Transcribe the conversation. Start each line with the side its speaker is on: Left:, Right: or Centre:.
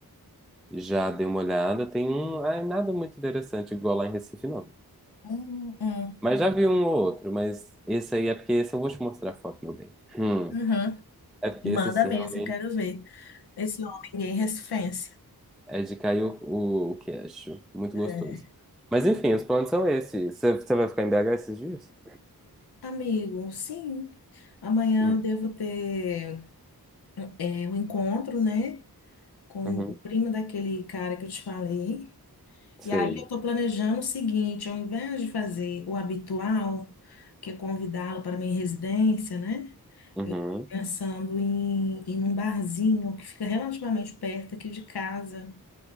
Centre: Já dei uma olhada, tem um, ah, nada muito interessante igual lá em Recife não.
Left: Hum, hum,
Centre: Mas já vi um ou outro, mas esse aí é porque esse eu vou te mostrar a foto, meu bem. Hum.
Left: uhum.
Centre: É porque
Left: Manda
Centre: esse sim
Left: mesmo,
Centre: realmente
Left: eu quero ver esse homem gay recifense.
Centre: É de cair o, o, o queixo. Muito
Left: É.
Centre: gostoso. Mas enfim, os planos são esses. Você você vai ficar em BH esses dias?
Left: Amigo, sim. Amanhã
Centre: Hum,
Left: eu devo ter é, um encontro, né? Com
Centre: Uhum.
Left: o primo daquele cara que eu te falei.
Centre: Sei.
Left: E aí eu estou planejando o seguinte, ao invés de fazer o habitual, que é convidá-lo para minha residência, né?
Centre: Uhum.
Left: Pensando em ir num barzinho que fica relativamente perto aqui de casa.